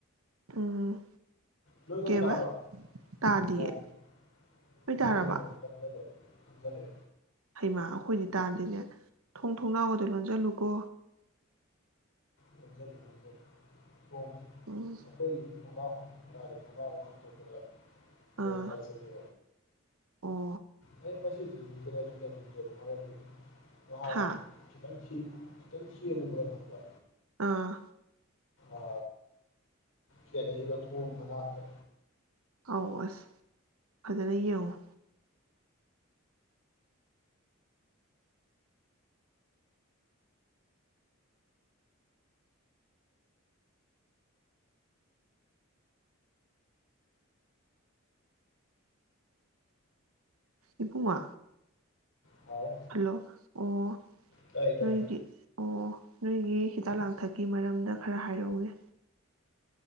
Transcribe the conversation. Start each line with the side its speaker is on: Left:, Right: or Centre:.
Right: ꯎꯝ
Left: ꯅꯣꯏ ꯅꯣꯡ
Right: ꯀꯦꯕ
Left: ꯇꯥꯕ꯭ꯔꯣ
Right: ꯇꯥꯗꯤꯌꯦ
Left: ꯅꯣꯡ ꯑꯩꯈꯣꯏꯗꯤ
Right: ꯅꯣꯏ ꯇꯥꯔꯕ
Left: ꯅꯣꯡ ꯀꯟꯖꯜꯂꯦ ꯀꯟꯖꯜꯂꯦ
Right: ꯍꯩꯃ ꯑꯩꯈꯣꯏꯗꯤ ꯇꯥꯗꯦꯅꯦ ꯊꯣꯡ ꯊꯣꯡꯅꯥꯎꯒꯗꯣ ꯂꯣꯟꯖꯜꯂꯨꯀꯣ
Left: ꯂꯣꯟꯖꯜꯂꯤ ꯂꯣꯟꯖꯜꯂꯤ ꯀꯣꯝ
Right: ꯎꯝ
Left: ꯑꯩꯈꯣꯏꯒꯤ ꯊꯣꯡꯅꯥꯎ ꯍꯥꯡꯇꯣꯛ ꯌꯥꯔꯗꯤ ꯊꯣꯡꯅꯥꯎ ꯍꯥꯡꯇꯣꯛꯄꯗ ꯅꯣꯡ
Right: ꯑꯥ
Left: ꯍꯥꯏꯖꯜꯂꯦ
Right: ꯑꯣ
Left: <unintelligible>
Right: ꯍꯥ
Left: <unintelligible> ꯈꯤꯇꯪ ꯊꯦꯡꯉꯨꯕꯗ ꯈꯪꯕꯔ
Right: ꯑꯥ
Left: ꯑ ꯀꯦꯜꯂꯛꯏꯕ ꯊꯣꯡ ꯃꯅꯥꯛꯇ
Right: ꯑꯥꯎ ꯑꯁ ꯐꯖꯅ ꯌꯦꯡꯉꯨ ꯏꯄꯨꯡꯉꯣ
Left: ꯍꯥꯎ
Right: ꯍꯜꯂꯣ ꯑꯣ
Left: ꯇꯥꯏ ꯇꯥꯏ
Right: ꯅꯣꯏꯒꯤ ꯑꯣ ꯅꯣꯏꯒꯤ ꯍꯤꯗꯥꯛ ꯂꯥꯡꯊꯛꯀꯤ ꯃꯔꯝꯗ ꯈꯔ ꯍꯥꯏꯔꯛꯎꯅꯦ